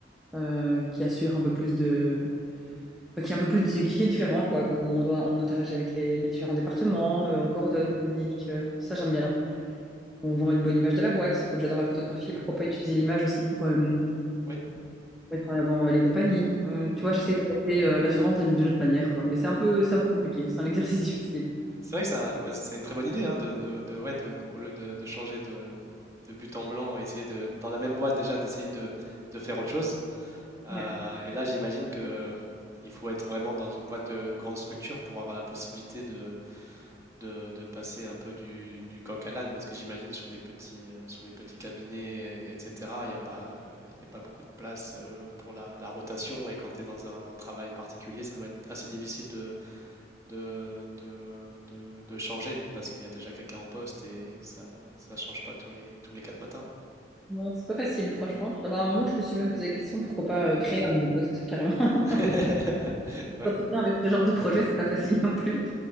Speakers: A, in the centre; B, on the right.
A: euh, qui assure un peu plus de... enfin, qui est un peu plus... qui est différent, quoi, où on doit, on interagit avec les, les différents départements, euh, on coordonne, on communique. euh, ça, j'aime bien. On vend une bonne image de la boîte. Comme j'adore la photographie, pourquoi pas utiliser l'image aussi pour... euh,
B: Oui,
A: mettre en avant euh, les compagnies. Euh, tu vois, j'essaie d'aborder euh, l'assurance d'une d'une autre manière, quoi. Mais c'est un peu, c'est un peu compliqué. C'est un <laughs> exercice difficile.
B: c'est vrai que ça, bah, c'est une très bonne idée hein, de, de- de- ouais, de- au lieu de, de changer de, de but en blanc, essayer de, dans la même boîte déjà d'essayer de, de faire autre chose. Euh,
A: Ouais.
B: et là, j'imagine que euh, il faut être vraiment dans une boîte de grande structure pour avoir la possibilité de, de, de passer un peu du, du coq à l'âne, parce que j'imagine sur les petits, euh, sur les petits cabinets, et- etc., il n'y a pas, il y a pas beaucoup de place euh, pour la, la rotation, et quand tu es dans un travail particulier, ça doit être assez difficile de, de, de, de- de changer, parce qu'il y a déjà quelqu'un en poste et ça ça change pas tous les, tous les quatre matins.
A: Non, c'est pas facile, franchement. Ah bah, à un moment, je me suis même posé la question, pourquoi pas euh, créer un nouveau poste, carrément. <laughs>
B: <laughs> Ouais.
A: Entretenir Avec ce genre de projet, c'est pas facile non plus.